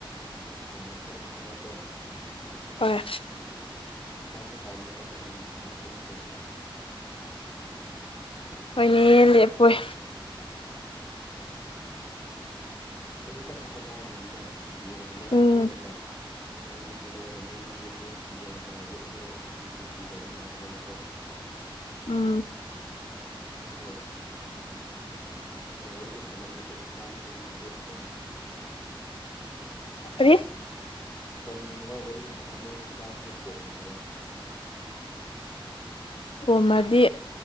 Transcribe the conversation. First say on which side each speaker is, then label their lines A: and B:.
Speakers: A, on the left; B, on the left.
A: ꯌꯥꯝ ꯐꯩꯅꯦ ꯀꯟꯅ ꯍꯣꯠꯅꯧꯀꯣ
B: ꯍꯣꯏ
A: ꯄꯩꯁꯥꯁꯨ ꯇꯥꯟꯕ ꯀꯟꯒꯗꯕꯅꯦꯀꯣ ꯂꯦꯞꯄ ꯌꯥꯗꯦ
B: ꯍꯣꯏꯅꯦ ꯂꯦꯞꯄꯣꯏ
A: ꯑꯩꯁꯨ ꯀꯟꯅ ꯍꯣꯠꯅꯔ ꯂꯩꯕꯅꯦ ꯌꯦꯟꯒꯨꯝꯕ
B: ꯎꯝ
A: ꯂꯩꯔꯒ ꯉꯥꯅꯨꯒꯨꯝꯕ ꯂꯩꯔꯒ ꯃꯤꯉꯣꯟꯗ ꯌꯦꯛꯍꯜ-ꯌꯣꯟ-ꯑꯥ-ꯌꯣꯛꯍꯜꯂꯒ ꯐꯤꯐꯇꯤ ꯐꯤꯐꯇꯤ ꯇꯧꯅꯤꯉꯥꯏ ꯍꯥꯏꯕꯅꯦꯕꯀꯣ ꯅ
B: ꯎꯝ
A: ꯑꯗꯨꯕꯨ ꯋꯥꯔꯤ ꯁꯥꯃꯟꯕꯁꯦ ꯈꯗꯥꯡꯁꯦ ꯅꯣꯏ ꯈꯜꯂꯛꯈ꯭ꯔꯦꯅꯦ
B: ꯀꯔꯤ
A: ꯅꯨꯡꯗ ꯋꯥꯔꯤ ꯁꯥꯃꯟꯕꯩ ꯈꯗꯥꯡꯁꯦ ꯄꯣꯝꯃꯛꯑꯦꯕ
B: ꯑꯣꯃꯗꯤ